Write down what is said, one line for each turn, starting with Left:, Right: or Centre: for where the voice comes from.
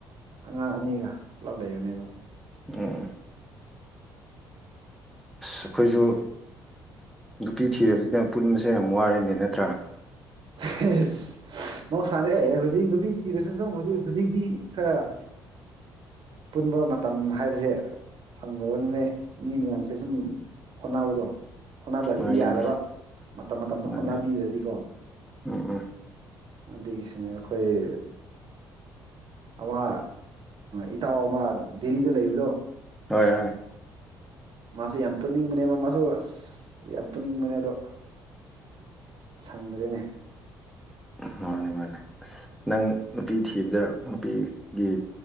Right: ꯑꯉꯥꯡ ꯑꯅꯤꯒ ꯄꯨꯂꯞ ꯂꯩꯕꯅꯦꯕ
Centre: ꯎꯝ ꯑꯁ ꯑꯩꯈꯣꯏꯁꯨ
Right: ꯎꯝ ꯎꯝ
Centre: ꯅꯨꯄꯤ ꯊꯤꯔꯕꯁꯤꯗ ꯄꯨꯟꯕꯁꯦ ꯌꯥꯝ ꯋꯥꯔꯅꯦ ꯅꯠꯇ꯭ꯔꯥ
Right: ꯍꯦꯁ꯬꯬ ꯃꯍꯧꯁꯥꯅꯦ ꯍꯧꯖꯤꯛ ꯅꯨꯄꯤ ꯊꯤꯔꯁꯨ ꯁꯨꯝ ꯍꯧꯖꯤꯛ ꯍꯧꯖꯤꯛꯇꯤ ꯈꯔ ꯄꯨꯟꯕ ꯃꯇꯝ ꯍꯥꯏꯕꯁꯦ ꯐꯪꯗꯕꯅꯤꯅꯦ ꯃꯤ ꯃꯌꯥꯝꯁꯦ ꯁꯨꯝ ꯍꯣꯠꯅꯕꯗꯣ ꯍꯣꯠꯅꯗ꯭ꯔꯗꯤ
Centre: ꯃꯥꯅꯦ
Right: ꯌꯥꯗꯕ
Centre: ꯃꯥꯅꯦ
Right: ꯃꯇꯝ ꯃꯇꯝꯗꯣ
Centre: ꯃꯥꯅꯦ
Right: ꯍꯣꯠꯅꯕꯤꯗ꯭ꯔꯗꯤꯀꯣ
Centre: ꯎꯝ ꯎꯝ
Right: ꯑꯗꯨꯒꯤꯁꯨꯅꯦ ꯑꯩꯈꯣꯏ ꯑꯃ ꯏꯇꯥꯎ ꯑꯃ ꯗꯦꯜꯂꯤꯗ ꯂꯩꯕꯗꯣ
Centre: ꯍꯣꯏ ꯍꯣꯏ
Right: ꯃꯥꯁꯨ ꯌꯥꯝ ꯄꯨꯅꯤꯡꯕꯅꯦꯕ ꯃꯥꯁꯨ ꯑꯁ ꯌꯥꯝ ꯄꯨꯅꯤꯡꯕꯅꯦ ꯑꯗꯣ ꯁꯪꯗ꯭ꯔꯦꯅꯦ
Centre: ꯃꯥꯅꯦ ꯃꯥꯅꯦ ꯑꯁ ꯅꯪ ꯅꯨꯄꯤ ꯊꯤꯕꯗ ꯅꯨꯄꯤ ꯒꯤ